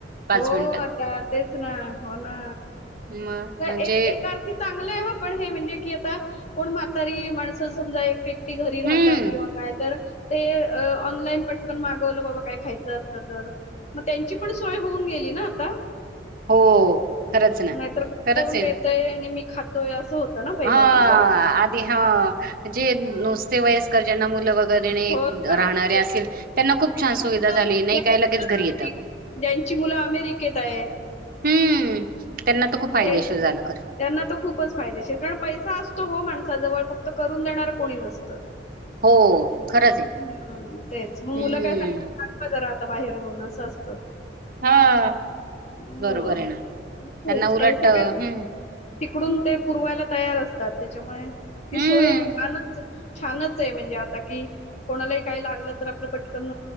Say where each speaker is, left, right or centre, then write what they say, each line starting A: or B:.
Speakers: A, on the right (about 55°); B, on the left (about 40°).
A: पाच
B: हो
A: मिनिटात.
B: आता तेच ना हो ना
A: मग
B: एक
A: म्हणजे
B: ए चांगलं आहे ह पण हे म्हणजे की आता कोण म्हातारी माणसं समजा एक घरी राहतात
A: हम्म
B: किंवा काय तर ते ऑनलाईन पटकन मागवलं बाबा काय खायचं असलं तर मग त्यांची पण सोय होऊन गेली ना आता
A: हो खरंच ना
B: नाहीतर
A: खरंच
B: कोण
A: ये.
B: देतय आणि मी खातोय असं होतं. ना पहिल्यांदी
A: हा
B: जरा
A: आधी हा जे नुसते
B: हां.
A: वयस्कर ज्यांना मुलं वगैरे
B: हो ना
A: राहणारे
B: ते
A: अस त्यांना खूप
B: ज्यांची
A: छान
B: मुलं
A: सुविधा झाली नाही
B: ज्यांची
A: काय लगेच घरी येतं.
B: ज्यांची मुलं अमेरिकेत आहेत.
A: हम्म त्यांना तर खूप फायदेशीर
B: ते
A: झालं खरे
B: त्यांना तो खूपच फायदेशीर कारण पैसा असतो हो माणसाजवळ फक्त करून देणार. कोणी नसत्.
A: हो खरंच आहे
B: ह तेच मग मुलं
A: हम्म
B: काय सांगत का जरा आता बाहेर होऊन असं असतं.
A: हा
B: हो
A: बरोबर आहे ना
B: खरं
A: त्यांना
B: च
A: उलट
B: पैसा
A: अ,
B: काय
A: हम्म
B: तिकडून ते पुरवायला तयार असतात त्याच्यामुळे ती
A: हम्म
B: सोय छानच छानच आहे म्हणजे आता कि कोणालाही काय लागलं तर आपलं पटकन